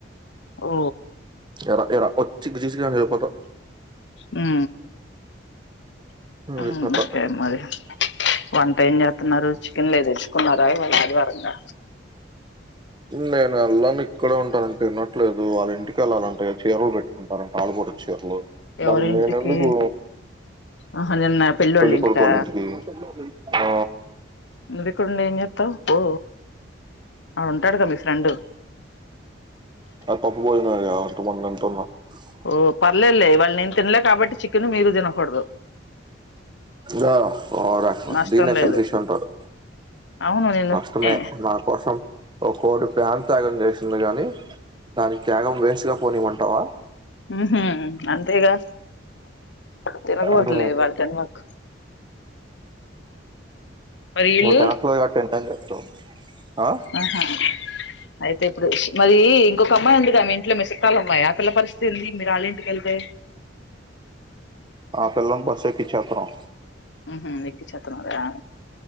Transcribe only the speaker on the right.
<unintelligible>
అది
కథ
నేనేల్లన్ ఇక్కడే ఉంటారంటే విన్నట్లేదు వాళ్ళ ఇంటికి వెళ్ళాలంటే చీరలు పెట్టుకుంటారంట ఆలూ కూడా చీరలు
దానికి నేనందుకు
పెళ్లిి
కోడుకోల ఇంటికి ఆ
ఆ పప్పు భోజనం <unintelligible>
గా ఓవరాక్షన్
దినే
సెల్ఫిష్ అంటారు
నష్టమే నా కోసం ఓ కోడి ప్యాన్ త్యాగం చేసింది కానీ దాని త్యాగం వేస్ట్ గా పోనివమంటావా
మ్మ్
నువ్ తినట్లే గా ఎన్ని అయినా చెప్తావ్ ఆ
ఆ పిల్లను బస్ ఎక్కించేతన్నాం